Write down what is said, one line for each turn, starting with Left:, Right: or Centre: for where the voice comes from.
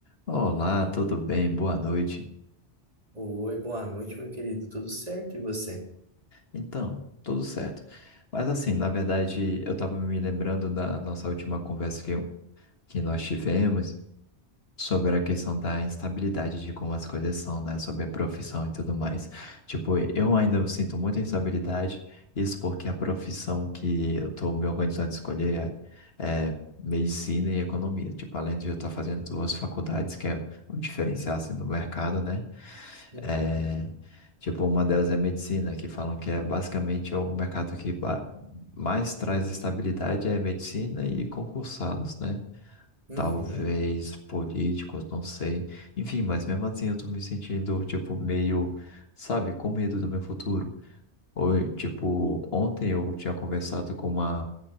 Left: Olá, tudo bem? Boa noite.
Right: Oi, boa noite, meu querido. Tudo certo, e você?
Left: Então, tudo certo. Mas assim, na verdade, eu estava me lembrando da nossa última conversa que, eu- que nós tivemos sobre a questão da instabilidade de como as coisas são, né? Sobre a profissão e tudo mais. Tipo, eu ainda sinto muita instabilidade, isso porque a profissão que eu estou me organizando a escolher é, é medicina e economia. Tipo, além de eu estar fazendo duas faculdades, que é um diferencial assim, do mercado, né?
Right: Uhum,
Left: É, Tipo, uma delas é medicina, que falam que é basicamente é o mercado que ba- mais traz estabilidade é medicina e concursados, né?
Right: uhum,
Left: Talvez políticos, não sei. Enfim, mas mesmo assim eu tô me sentindo, tipo, meio, sabe, com medo do meu futuro. Oi, tipo, ontem eu tinha conversado com uma